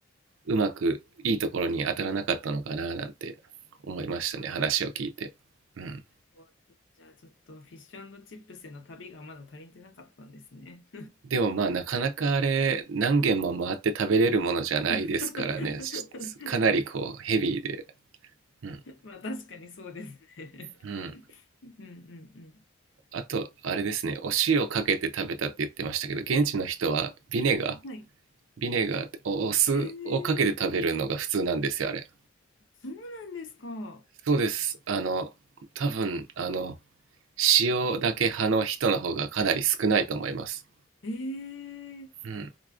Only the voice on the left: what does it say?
あの
なるほど。じゃあちょっとフィッシュチップスへの旅がまだ足りてなかったんですね。
<laughs>
まあ確かにそうですね。
<laughs> うんうん
うん。はい。
へえ、
そうなんですか。
ええ、